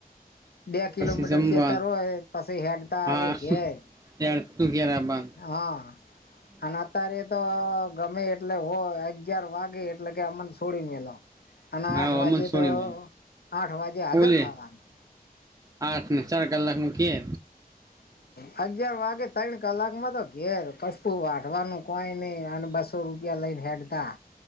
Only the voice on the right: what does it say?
પછી જમવાનું
હા
<unintelligible>
હા
અમન સોડી
મે
બોલે
આઠ ને ચાર કલાક મૂકીએ